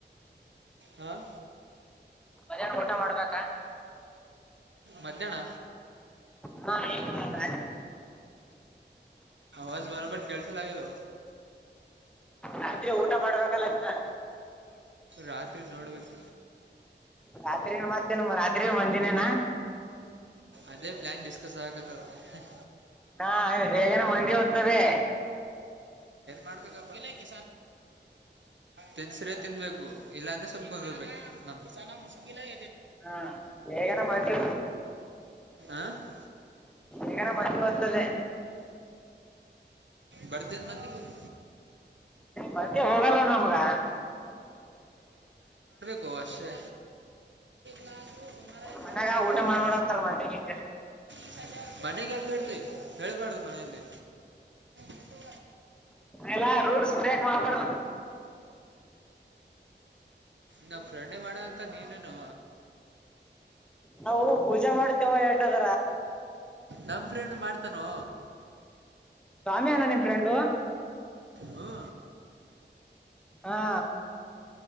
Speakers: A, on the right; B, in the centre.
A: ಹಾಂ
B: ಮಧಹ್ನ ಊಟ ಮಾಡ್ಬೇಕಾ
A: ಮಧ್ಯಾಹ್ನ
B: ಹಾ ಈ ರಾಜ
A: ಬಸ್ ಬರಬ ಕೆಳ್ಸ ಲಾಗೆದು
B: ರಾತ್ರಿ ಊಟ ಮಾಡ್ಬೇಕಲ್ಲ ಇದನ್ನ
A: ರಾತ್ರಿ ನೋಡ್ಬೇಕು
B: ರಾತ್ರಿ ಏ ಮತನಮ್ಮ ರಾತ್ರಿ ಮಂದಿನೇನಾ
A: ಅದೇ ಪ್ಲ್ಯಾನ್ ಡಿಸ್ಕಸ್ ಆಗಕತ್ತದ
B: ಹಾ -ಸೇಗನೆ- ಮಗೆ ಹೋಗ್ತದೆ.
A: ಮಾಡಬೇಕ ತಿನ್ಸ್ರೆ ತಿನ್ಬೇಕು ಇಲ್ಲಾಂದ್ರೆ ಸುಮಕೊಂಡಿರ್ಬೇಕು. ಮು್ಿಲ
B: ಹಾ ಬೇಗನ ಮಂದಿ
A: <unintelligible>
B: ಎಗನ ಮುವತ್ತದೆ.
A: ಬರ್ತನ್ ಮಂದಿಗೆ. <unintelligible>
B: ಮಂದಿ ಹೋಗಲ್ಲ ನಮ್ಗ
A: ಕೊಶ <unintelligible> ಲಾಖ ದ ತುಮಾರ
B: ಮನ್ಯಾಗ
A: ಲಾಖ ದೊಡ್ಡ
B: ಊಟ
A: ಲಾ ಬೀ
B: ಮಾಡ್ಬೇಡ ಅಂತಾರ ಮಂದಿಗೆ
A: ಹಾರ ಬನೆಗ <unintelligible> ಹೇಳ್ತೀವಿ ಹೇಳ್ಬಾರ್ದು ಮನೆಯಲ್ಲಿ. ಬಿಟ್ಟು
B: ಎಲ್ಲಾ ರೂಲ್ಸ್ ಟ್ರಕ್ ಮಾಡ್ತಾರ.
A: ನಾ- ಫ್ರಂಡೆ ಮಾಡ ಅಂತ ನೀನನು.
B: ನಾವು ಪೂಜೆ ಮಾಡ್ತೇವ ಏಟದ್ರ
A: ನಮ್ಮ ಫ್ರೆಂಡ್ ಮಾಡ್ತಾನೋ.
B: ಸ್ವಾಮಿ ಅ್ಣ ನಿಮ್ಮ ಫ್ರೆಂಡು <inaudible>
A: ಹಾ
B: ಹಾ